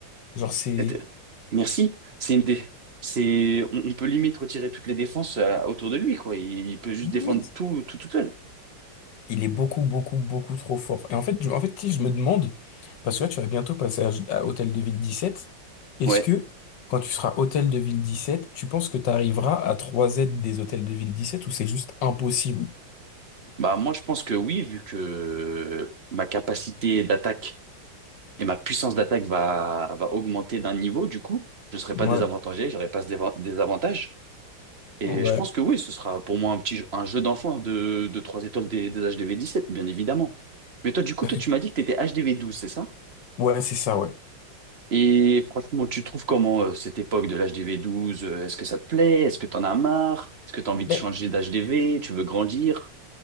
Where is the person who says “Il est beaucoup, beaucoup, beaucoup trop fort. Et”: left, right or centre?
Left